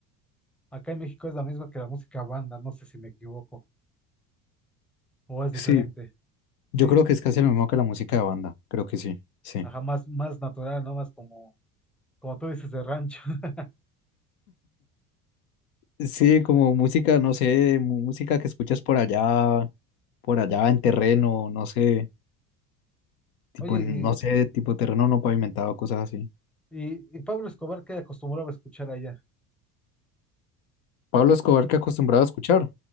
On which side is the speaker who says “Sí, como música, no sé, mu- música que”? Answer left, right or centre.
Left